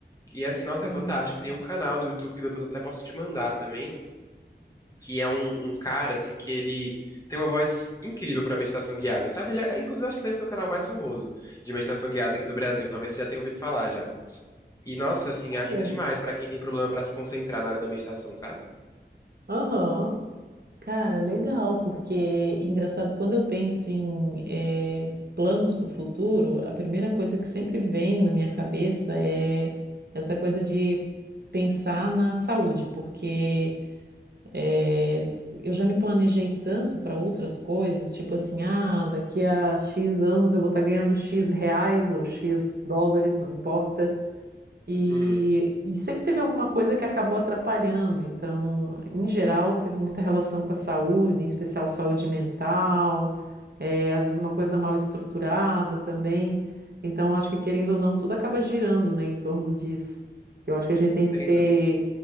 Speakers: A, on the left; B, on the right.
A: E assim, nossa,
B: Aham.
A: é fantástico. Tem um canal do YouTube que depois eu até posso te mandar também, que é um, um cara, assim, que ele tem uma voz incrível pra meditação guiada, sabe? Ele é, inclusive, acho que deve ser o canal mais famoso de meditação guiada aqui do Brasil. Talvez você já tenha ouvido falar já. E, nossa, assim,
B: Olha.
A: ajuda demais pra quem tem problema pra se concentrar na hora da meditação, sabe?
B: Aham. Cara, legal, porque engraçado, quando eu penso em eh, planos para o futuro, a primeira coisa que sempre vem na minha cabeça é essa coisa de pensar na saúde, porque eh, eu já me planejei tanto para outras coisas, tipo assim, ah, daqui a X anos eu vou estar ganhando X reais ou X dólares, não importa. E,
A: Uhum,
B: e sempre teve alguma coisa que acabou atrapalhando. Então, em geral, teve muita relação com a saúde, em especial saúde mental, eh, às vezes uma coisa mal estruturada também. Então, acho que querendo ou não, tudo acaba girando, né, em torno disso. Eu acho que a gente tem que
A: sem
B: ter
A: dúvida.